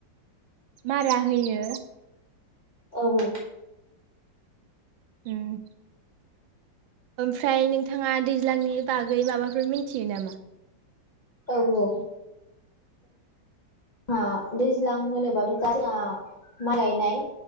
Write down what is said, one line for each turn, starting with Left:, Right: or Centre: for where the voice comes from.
Right: मारा होयो।
Left: औ औ।
Right: उम। ओमफ्राय नोंथाङा दैज्लांनि बागै माबाफोर मिथियो नामा?
Left: औ औ। ओ दैज्लां होनोबाथ' दा जोंहा माइ गायनाय